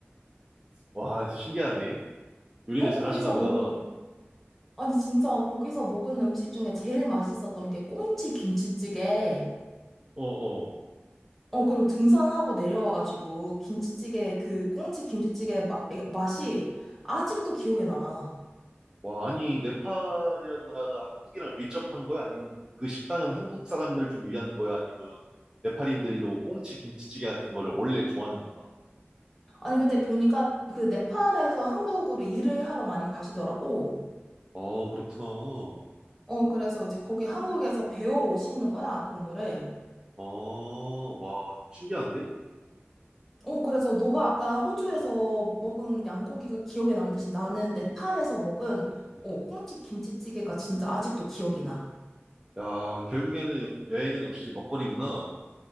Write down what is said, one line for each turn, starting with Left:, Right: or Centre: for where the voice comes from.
Right: 와, 신기하네. 요리를
Centre: 어,
Right: 잘하시나
Centre: 거기서
Right: 보다.
Centre: 먹은,
Right: 어,
Centre: 아니, 진짜 거기서 먹은 음식 중에 제일 맛있었던 게 꽁치 김치찌개.
Right: 어.
Centre: 어, 그리고 등산하고 내려와가지고, 김치찌개, 그 꽁치 김치찌개 마, 에, 맛이 아직도 기억에 남아.
Right: 와, 아니, 네팔이라는 나라가 한국이랑 밀접한 거야? 아니면 그 식당은 한국 사람들을 좀 위한 거야? 아니면 네팔인들도 꽁치 김치찌개 같은 거를 원래 좋아하는 거야?
Centre: 아니, 근데 보니까 그 네팔에서 한국으로 일을 하러 많이 가시더라고.
Right: 어, 그렇구나.
Centre: 어, 그래서 이제 거기 한국에서 배워 오시는 거야, 그런 거를.
Right: 어, 와, 좀 신기한데?
Centre: 어, 그래서 너가 아까 호주에서 먹은 양고기가 기억에 남듯이 나는 네팔에서 먹은
Right: 음.
Centre: 어, 꽁치 김치찌개가 진짜 아직도 기억이 나.
Right: 야, 결국에는 역- 여행은 역시 먹거리구나.